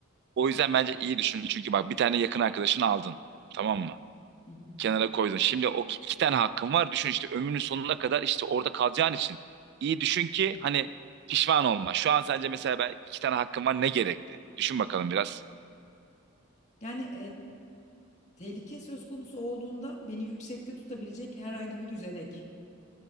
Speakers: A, on the right; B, on the left.
A: O yüzden bence iyi düşün. Çünkü bak bir tane yakın arkadaşını aldın. Tamam mı?
B: Hı hı.
A: kenara koydun. Şimdi o iki tane hakkın var. Düşün işte ömrünün sonuna kadar işte orada kalacağın için. İyi düşün ki hani pişman olma. Şu an sence mesela ben iki tane hakkım var ne gerekti? Düşün bakalım biraz.
B: Yani Tehlike söz konusu olduğunda beni yüksekte tutabilecek herhangi bir düzenek.